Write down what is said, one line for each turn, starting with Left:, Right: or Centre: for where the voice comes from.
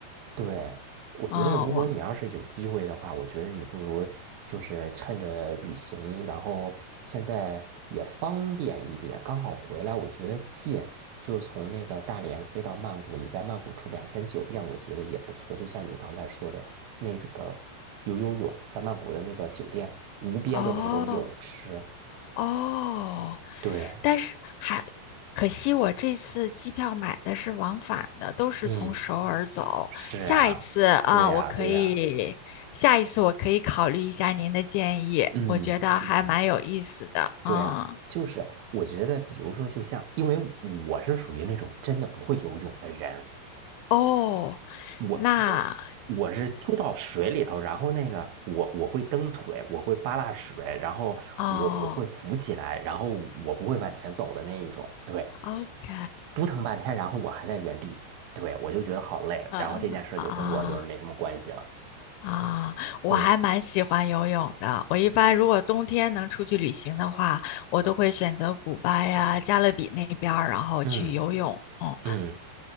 Right: 对，我觉得如果你要是有机会的话，
Left: 啊，我
Right: 我觉得你不如就是趁着旅行，然后现在也方便一点，刚好回来，我觉得近，就从那个大连飞到曼谷，你在曼谷住两天酒店，我觉得也不错。就像你刚才说的那个游游泳，在曼谷的那个酒店无边的那种泳池，
Left: 哦哦，
Right: 对，
Left: 但是还可惜，我这次机票买的是往返的，都是从首尔走。
Right: 嗯，是啊，
Left: 下一次啊，
Right: 对呀，
Left: 我可以，
Right: 对呀，
Left: 下一次我可以考虑一下您的建议，
Right: 嗯嗯。
Left: 我觉得还蛮有意思的。嗯，
Right: 对呀，就是我觉得，比如说，就像，因为我是属于那种真的不会游泳的人，
Left: 哦，
Right: 我我我是丢到水里头，
Left: 那
Right: 然后那个我我会蹬腿，我会扒拉水，然后我我会浮起来，
Left: 哦
Right: 然后我不会往前走的那一种，对，
Left: ，OK。
Right: 扑腾半天，然后我还在原地，对，我就觉得好累，
Left: 啊啊
Right: 然后这件事就跟我就没什么关系了，
Left: 啊！我还蛮喜欢游泳的。
Right: 对，
Left: 我一般如果冬天能出去旅行的话，我都会选择古巴呀、加勒比那边儿，然后去游泳。
Right: 嗯
Left: 嗯，
Right: 嗯。